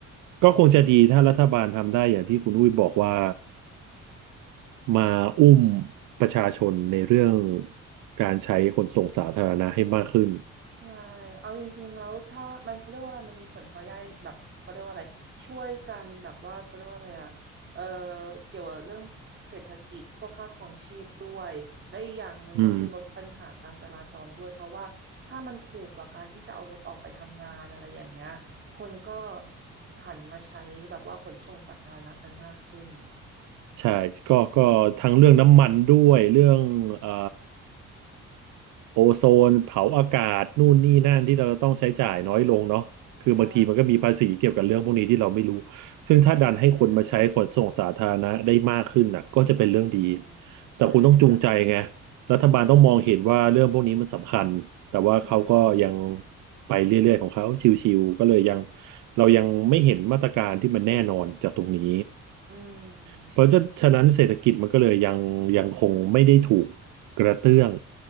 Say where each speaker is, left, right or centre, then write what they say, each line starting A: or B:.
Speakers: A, on the right (about 85°); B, on the right (about 40°).
A: ก็คงจะดีถ้ารัฐบาลทำได้อย่างที่คุณอุ้ยบอกว่ามาอุ้มประชาชนในเรื่องการใช้ขนส่งสาธารณะให้มากขึ้น
B: ใช่ เอาจริงๆแล้วถ้ามันเขาเรียกว่าอะไรมันมีผลพลอยได้แบบเขาเรียกว่าอะไรช่วยกันแบบว่าเขาเรียกว่าอะไรอ่ะ เออเกี่ยวกับเรื่องเศรษฐกิจพวกค่าครองชีพด้วยและอีกอย่างหนึ่งก็คือลดปัญหาการจราจรด้วยเพราะว่าถ้ามันถูกกว่าการที่จะเอารถออกไปทำงานอะไรอย่างเงี้ยคนก็
A: อืม
B: หันมาใช้แบบว่าขนส่งสาธารณะกันมากขึ้น
A: ใช่ก็ก็ทั้งเรื่องน้ำมันด้วยเรื่องเอ่อ
B: อืม
A: โอโซนเผาอากาศนู่นนี่นั่นที่เราต้องใช้จ่ายน้อยลงเนาะคือบางทีมันก็มีภาษีเกี่ยวกับเรื่องพวกนี้ที่เราไม่รู้
B: ใช่
A: ซึ่งถ้าดันให้คนมาใช้ขนส่งสาธารณะได้มากขึ้นน่ะก็จะเป็นเรื่องดี
B: ใช่ค่ะอืม
A: แต่คุณต้องจูงใจไง
B: ใช่ค่ะ
A: รัฐบาลต้องมองเห็นว่าเรื่องพวกนี้มันสำคัญแต่ว่าเขาก็ยัง
B: อืมอืม
A: ไปเรื่อยๆของเขาชิวๆก็เลยยังเรายังไม่เห็นมาตรการที่มันแน่นอนจากตรงนี้
B: อืม
A: เพราะฉะฉะนั้นเศรษฐกิจมันก็เลยยังยังคงไม่ได้ถูกกระเตื้อง